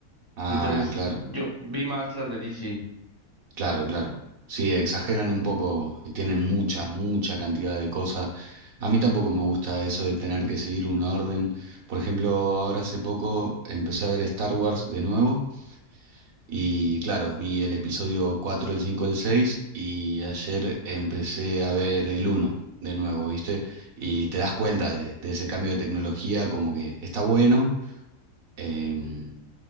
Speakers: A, on the right (about 65°); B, on the right (about 20°).
A: Ah,
B: Entonces,
A: claro,
B: yo vi más las de DC.
A: claro, claro. Sí, exageran un poco, tienen mucha, mucha cantidad de cosas. A mí tampoco me gusta eso de tener que seguir un orden. Por ejemplo, ahora hace poco empecé a ver Star Wars de nuevo y claro, vi el episodio 4 el 5 el 6 y ayer empecé a ver el uno de nuevo, ¿viste? Y te das cuenta de, de ese cambio de tecnología, como que está bueno Em,